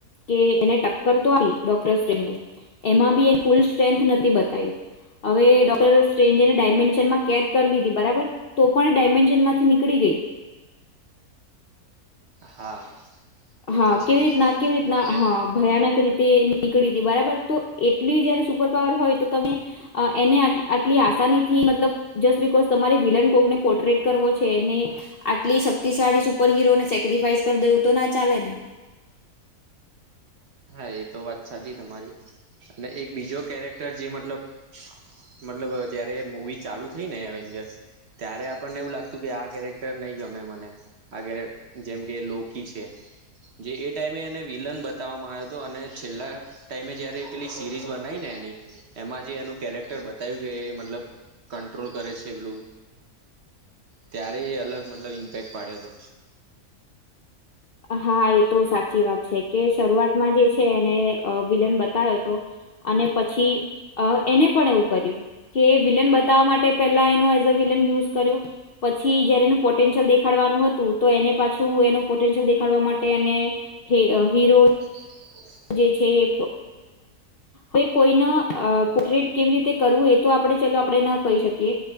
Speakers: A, on the left; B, on the right.
A: કે એને ટક્કર તો આવી ડોક્ટર્સ ટ્રેને એમાં બી એ ફૂલ સ્ટ્રેન્થ નથી બતાઈ હવે ડોક્ટર સ્ટ્રેનજ એને ડાયમેન્શન માં કેદ કરી લીધી બરાબર તો પણ એ ડાયમેન્શન માંથી નીકળી ગઈ
B: હા. એ
A: હા
B: તો છે
A: કેવી રીતના કેવી રીતના
B: અને
A: હા ભયાનક રીતે નીકળી તી બરાબર તો એટલી જયારે સુપર પાવર હોય તો તમે અ એને આટલી આસાનીથી મતલબ જસ્ટ બિકોઝ તમારી વિલન કોક ને પોર્ટ્રેટ કરવો છે એને આટલી શક્તિશાળી સુપર હિરો ને સેક્રિફાઈસ કર દેવું તો ના ચાલે ને
B: હા એ તો વાત સાચી તમારી અને એક બીજો કેરેક્ટર જે મતલબ મતલબ અ જ્યારે મૂવી ચાલુ થઈ ને એડવેનજરશ ત્યારે આપણને એવું લાગતું કે આ કેરેક્ટર નહી ગમે મને આગરે જેમ કે લોકી છે જે એ ટાઈમે એને વિલન બતાવવામાં આયો તો અને છેલ્લા ટાઈમે જયારે એ પેલી સિરીઝ બનાઈ ને એની એમાં જે એનું કેરેક્ટર બતાવ્યું કે મતલબ કંટ્રોલ કરે છે પેલું, ત્યારે એ અલગ મતલબ ઇમ્પેક્ટ પાડ્યો હતો,
A: હા એતો સાચીવાત છે, કે શરૂઆતમાં જે છે, એને અ વિલન બતાયોતો. અને પછી અ એને પણ એવું કર્યું, કેએ વિલન બતાવવા માટે પેલા એનો એઝ અને વિલન યુઝ કર્યો. પછી જયારે એનું પોટેન્શિયલ દેખાડવાનું હતું તો એને પાછું એનું પોટેન્શિય ન દેખાડું, ખાળવામાં માટે એને હીરુ જ,
B: <unintelligible> <inaudible>
A: જે છે, એ હવે કોઈને પોટરેટ કેવી રીતે કરવું એતો આપણે ચલો આપણે ન કહી શકીએ.